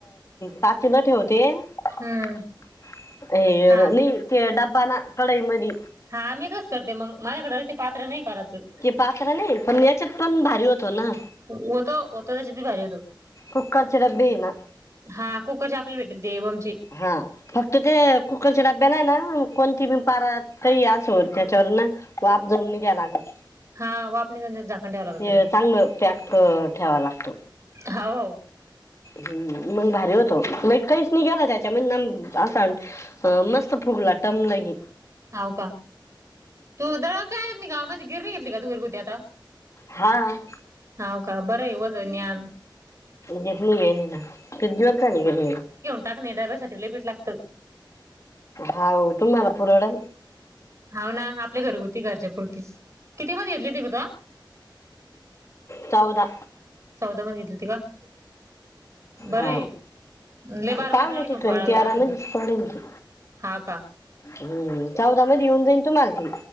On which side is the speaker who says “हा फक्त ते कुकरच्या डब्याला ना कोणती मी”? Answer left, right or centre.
Left